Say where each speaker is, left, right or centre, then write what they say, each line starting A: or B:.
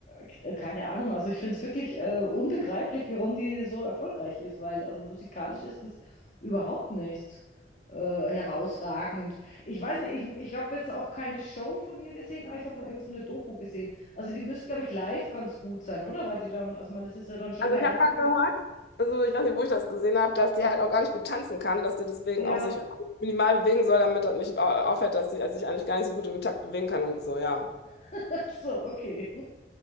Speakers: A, on the left; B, on the left.
A: k- keine Ahnung, also ich finde es wirklich äh, unbegreiflich, warum die so erfolgreich ist, weil also musikalisch ist es überhaupt nicht äh, herausragend. Ich weiß nicht, ich, ich habe jetzt auch keine Show von ihr gesehen, aber ich habe mal irgend so eine Doku gesehen. Also die müsste, glaube ich, live ganz gut sein, oder? Weil die dann, also man, das ist ja dann schon
B: Also
A: beeindruckend.
B: ich habe mal gehört, also ich weiß nicht, wo ich das gesehen habe, dass die halt auch gar nicht gut tanzen kann, dass die deswegen
A: Ja,
B: auch sich minimal bewegen soll, damit das nicht au- auffällt, dass sie also sich eigentlich gar nicht so gut im Takt bewegen kann und so, ja.
A: <laughs> ach so, okay.